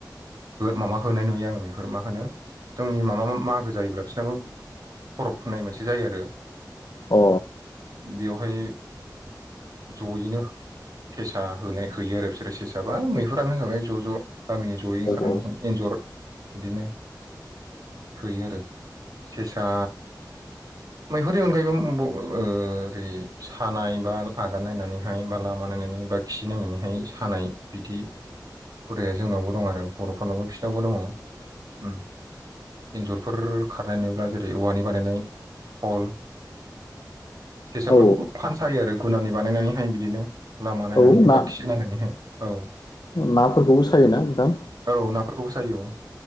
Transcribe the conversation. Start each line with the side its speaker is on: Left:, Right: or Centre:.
Right: माबा होनाय नुयो आङो बे मा होनो जोंनि माबा मागो जायोब्ला बिसोरनाबो फरब खुंनाय मोनसे जायो आरो
Left: अ
Right: बेवहाय जयैनो सेसा होनाय होयो आरो बिसोरो सेसाबा मैहुरानो होबाय ज' ज' गामिनि जयै ओंखारनानै
Left: औ
Right: एन्जर बिदिनो होयो आरो सेसा मैहुरनि अनगायैबो ओरै सानाय बा आगान नायनानैहाय बा लामा नायनानै बा खिनायनानैहाय सानाय बिदि हुदाया जोंनावबो दं आरो बर'फोरनावबो बिसिनावबो दङ। एन्जरफोर खारनाय नुब्ला जेरै औवानि बानायनाय खल सेसाफोरखौबो
Left: औ
Right: फानसायो आरो गुनानि बानायनानैहाय बिदिनो लामा नायनानैहाय
Left: औ औ ना
Right: बा खि नायनानैहाय। औ
Left: नाफोरखौबो सायोना नोंथां?
Right: औ नाफोरखौबो सायो औ